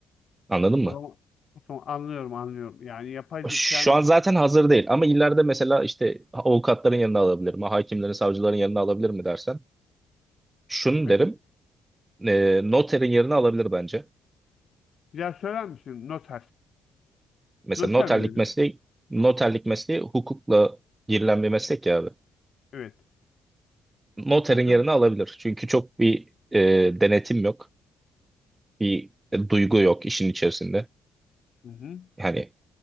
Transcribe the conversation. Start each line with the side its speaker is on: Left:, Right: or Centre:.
Right: Anladın mı?
Left: O zaman, o zaman anlıyorum anlıyorum. Yani yapay zekanın
Right: Şu an zaten hazır değil ama ileride mesela işte avukatların yanına alabilir mi? Hakimlerin, savcıların yanına alabilir mi dersen. Şunu
Left: evet.
Right: derim. E, noterin yerine alabilir bence.
Left: Bir daha söyler misin? Noter.
Right: Mesela
Left: Noter
Right: noterlik
Left: mi dedin?
Right: mesleği noterlik mesleği hukukla girilen bir meslek ya abi.
Left: Evet.
Right: Noterin
Left: Hı hı.
Right: yerine alabilir. Çünkü çok bir e, denetim yok. Bir e, duygu yok işin içerisinde.
Left: Hı hı.
Right: Yani